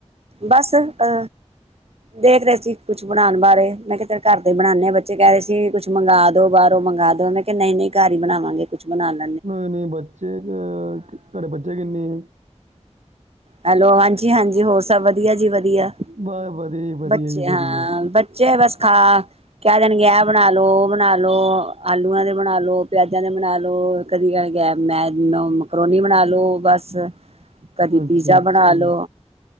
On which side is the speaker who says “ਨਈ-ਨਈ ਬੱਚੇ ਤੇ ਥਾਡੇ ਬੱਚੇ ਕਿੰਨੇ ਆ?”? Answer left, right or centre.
Right